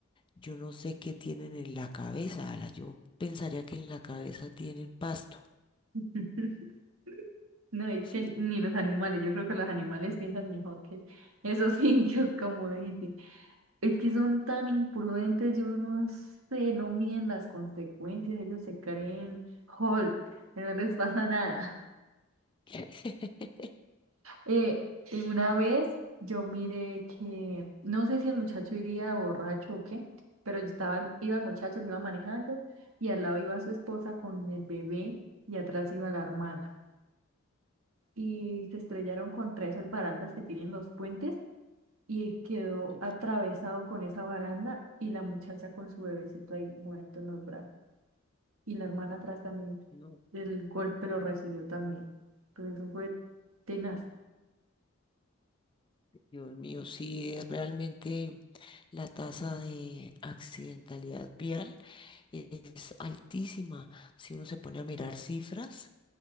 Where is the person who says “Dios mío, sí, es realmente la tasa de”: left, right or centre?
Left